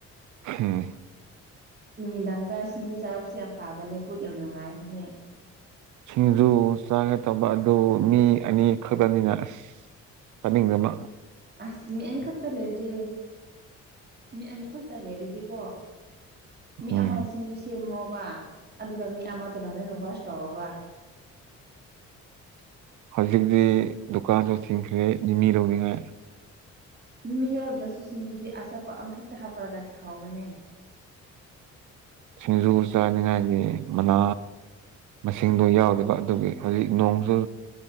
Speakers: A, on the right; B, on the right.
A: ꯍꯝ
B: ꯅꯨꯃꯤꯗꯥꯡꯗ ꯁꯤꯡꯖꯨ ꯆꯥꯔꯥꯎꯁꯨꯦ ꯌꯥꯝ ꯐꯕꯅꯦ ꯄꯨꯛ ꯌꯥꯝ ꯅꯨꯡꯉꯥꯏꯕꯅꯦ
A: ꯁꯤꯡꯖꯨ ꯆꯥꯒ ꯇꯧꯕ ꯑꯗꯨ ꯃꯤ ꯑꯅꯤꯈꯛꯛꯇꯃꯤꯅ ꯆꯅꯤꯡꯗꯃ
B: ꯑꯁ ꯃꯤ ꯑꯅꯤ ꯈꯛꯇ ꯂꯩꯔꯗꯤ ꯃꯤ ꯑꯅꯤ ꯈꯛꯇ ꯂꯩꯔꯗꯤꯀꯣ ꯃꯤ
A: ꯎꯝ
B: ꯑꯃꯁꯤꯁꯨ ꯁꯦꯝꯃꯣꯕ ꯑꯗꯨꯒ ꯃꯤ ꯑꯃꯗꯅ ꯍꯣꯔꯦꯟ ꯀꯁ ꯇꯧꯕ <unintelligible>
A: ꯍꯧꯖꯤꯛꯇꯤ ꯗꯨꯀꯥꯟꯗ ꯊꯤꯡꯈ꯭ꯔꯦ ꯅꯤꯅꯤ ꯂꯧꯅꯤꯉꯥꯏ
B: ꯃꯤ ꯃꯤ ꯌꯥꯎꯗ꯭ꯔꯁꯨ ꯁꯤꯡꯖꯨꯗꯤ ꯑꯆꯥꯄꯣꯠ ꯑꯃ ꯍꯦꯛꯇ ꯍꯥꯞꯄꯔꯒ ꯍꯥꯎꯕꯅꯦ
A: ꯁꯤꯡꯖꯨ ꯆꯥꯅꯤꯡꯉꯥꯏꯒꯤ ꯃꯅꯥ ꯃꯁꯤꯡꯗꯣ ꯌꯥꯎꯔꯤꯕ ꯑꯗꯨꯒꯤ ꯍꯧꯖꯤꯛ ꯅꯣꯡꯁꯨ